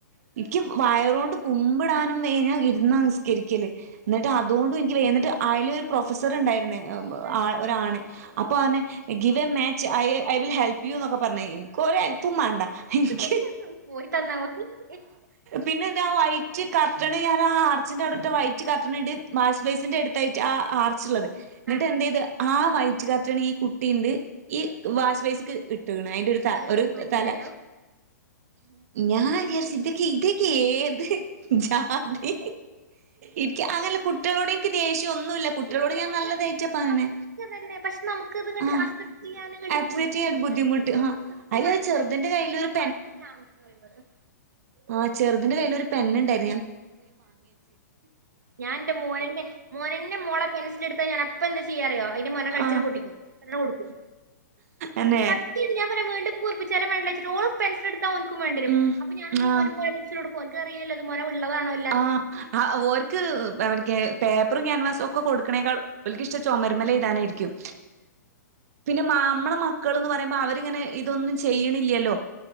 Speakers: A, on the right; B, on the right.
A: എനിക്ക് വയറോണ്ട് കുമ്പ ടാനും വഞ്ഞ ഇരുന്ന നിസ്കരിക്കല് എന്നിട്ട് അതുകൊണ്ടും എനിക്ക് വ എന്നിട്ട് അയലൊ ഒരു പ്രൊഫസർ ഉണ്ടായിരുന്ന
B: ആഹ്
A: ആഹ ഒരാണ് അപ്പോൾ അവന് give a match I I will help you എന്നൊക്കെ പറഞ്ഞ് കഴിഞ്ഞ് ഒരു അല്പ്പും വേണ്ട
B: ആഹ്
A: എനിക്ക്
B: പോയി തന്നാ മതി
A: പിന്നെ എന്റെ വൈറ്റ് കർട്ടൺ ഞാൻ ആഹ ആർച്ചിന്റെ അവിടെ വൈറ്റ് കർട്ടൺ ഇ വാഷ് ബസിൻ്റെ അടുത്തായിട്ട് ആഹ ആർച്ചുള്ളത് എന്നിട്ട്
B: ആഹ്
A: എന്ത് ചെയ്ത് ആഹ വയറ്റ് കാട്ടാണ് ഈ കുട്ടിണ്ട് ഈ വാശ് വേസിക്ക് ഇട്ടുകണ അതിന്റെ
B: ഏഹ്
A: ഒരു
B: മഞ്ഞായോ
A: തല ഞാൻ വിച്ചത ഇതക്ക ഏത് <unintelligible> തി എനിക്ക് അങ്ങനല്ല കുട്ടികളോട് എനിക്ക് ദേഷ്യം ഒന്നുമല്ല കുട്ടികളോട്
B: ല്ല
A: ഞാൻ
B: പക്ഷെ
A: നല്ലതായിട്ടാ പറയണേ
B: പതുക്കെ തന്നെ പക്ഷെ നമുക്ക്ത്ങ്ങട്ട്
A: ആഹ്
B: അക്സെപ്റ്റ് ചെയ്യാന ഇങ്ങോട്ട്
A: ആക്സെപ്റ്റ്
B: ബുദ്ധിമുട്ട്
A: ചെയ്യാൻ ഒരു
B: <unintelligible>
A: ആഹ് അതിലൊരു
B: മനസ
A: ചെറുതിന്റെ
B: <unintelligible>
A: കയ്യിൽ ഒരു
B: കൊറക്കെ <unintelligible> പറയും
A: ആഹ ചെറുതിന്റെ കയ്യിൽ ഒരു പെന്ന്ണ്ടായി
B: ഞാൻ എന്റെ മോനെ മോനന്റെ മോളെ പെൻസൽ എടുത്താ ഞാൻ അപ പ്പൊ എന്താ ചെയ്യാറിയോ അതിന്റെ മൊന കഴിച്ച
A: ആഹ്
B: പൊട്ടിക്കും കൊടുക്കും
A: അന്നെ
B: എന്നചാ <unintelligible> വീർപ്പിച്ചാല മണ്ടഓ പെസടുത്താ അവ വണ്ടരും
A: ഉം
B: അപ്പ ഞാൻ എന്തയും
A: ആഹ്
B: ഒന് <unintelligible> എനിക്ക് അറിയില്ലത് മനള്ളതാണല്ല <unintelligible>
A: ആഹ ഓക്ക് <unintelligible> പേപ്പറും ക്യാൻവാസും ഒക്കെ കൊടുക്കണേക്കാൾ അവക്ക് ഇഷ്ട ചുമരിമല ഇഴ്താനായിരിക്കും പിന്നെ മാ ന്നമ്മളെ മക്കൾന്ന് പറയുമ്പോ അവരിങ്ങനെ ഇതൊന്നും ചെയ്യണില്ലല്ലോ